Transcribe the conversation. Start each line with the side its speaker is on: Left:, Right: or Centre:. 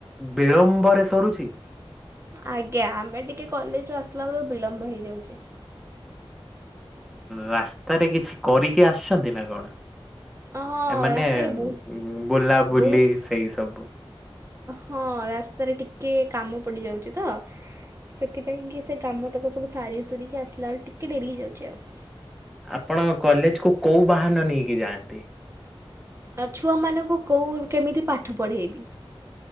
Centre: ବିଳମ୍ବରେ ସରୁଛି?
Right: ଆଜ୍ଞା ଆମେ ଟିକେ କଲେଜରୁ ଆସିଲା ବେଳକୁ ବିଳମ୍ବ ହେଇଯାଉଛି।
Centre: ରାସ୍ତାରେ କିଛି କରିକି ଆସୁଛନ୍ତି ନା କଣ?
Right: ହଁ
Centre: ଏ ମାନେ
Right: ରାସ୍ତାରେ ବହୁତ
Centre: ବୁଲାବୁଲି
Right: ବହୁତ
Centre: ସେଇ ସବୁ
Right: ହଁ ରାସ୍ତାରେ ଟିକେ କାମ ପଡ଼ିଯାଉଛି ତ ସେଥିପାଇଁ କିି ସେ କାମ ତକ ସବୁ ସାରି ସିକି ଆସିଲା ବେଳେ ଟିକେ ଡେରି ହେଇଯାଉଛି ଆଉ।
Centre: ଆପଣ କଲେଜ କୁ କୋଉ ବାହାନ ନେଇକି ଯାଆନ୍ତି?
Right: ଆ ଛୁଆମାନଙ୍କୁ କୋଉ କେମିତି ପାଠ ପଢ଼େଇବି?